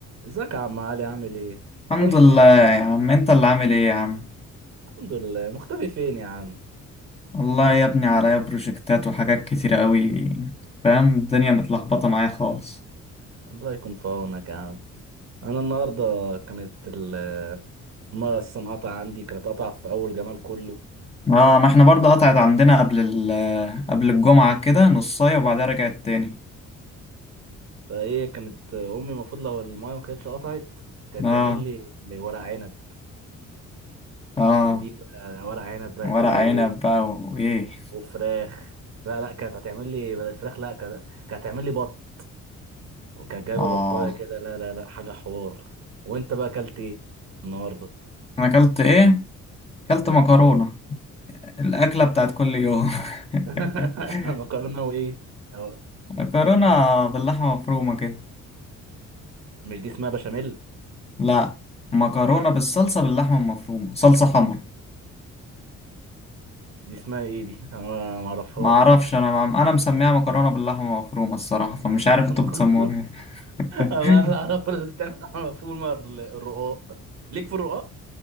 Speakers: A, on the right; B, on the left.
A: ازيك يا عم علي عامل ايه؟
B: الحمد
A: وحشني
B: لله
A: يا عم
B: يا عم انت اللي عامل ايه يا عم
A: الحمد لله مختفي فين يا عم؟
B: والله يا ابني عليا بروجكتات وحاجات كتيرة قوي فاهم الدنيا متلخبطة معايا خالص
A: الله يكون في عونك يا عم انا النهارده كانت ال- الميه اصلا قطع عندي كانت قطع في اول جمال كله
B: اه ما احنا برضه قطعت عندنا قبل ال قبل الجمعة كده نصاية وبعدها رجعت تاني
A: فايه كانت امي المفروض لو الميه ما كانتش قطعت كانت
B: اه
A: تعمل لي ورق عنب
B: اه
A: ودي بقى ورق عنب بقى
B: ورق
A: كده
B: عنب
A: ايه
B: بقى وايه
A: وفراخ لا لا كانت هتعمل لي بدل الفراخ لا كانت كانت هتعمل لي بط كانت جايبه
B: اه
A: بطايه كده لا لا لا حاجه حوار وانت بقى اكلت ايه النهارده؟
B: انا اكلت ايه اكلت مكرونة الاكلة بتاعت كل يوم
A: <laughs>
B: <laughs>
A: مكرونه وايه أو
B: مكرونة باللحمة مفرومة كده
A: مش دي اسمها بشاميل
B: لا مكرونة بالصلصة باللحمة المفرومة صلصة حمرا
A: دي اسمها ايه دي انا ما اعرفهاش
B: ما اعرفش انا انا مسميها مكرونه باللحمه مفرومه الصراحه فمش عارف
A: <laughs>
B: انتوا
A: مكرونه
B: بتسموها ايه
A: والله
B: <laughs>
A: انا اعرف اللي بتعمل مفهوم الرقاق ليك في الرقاق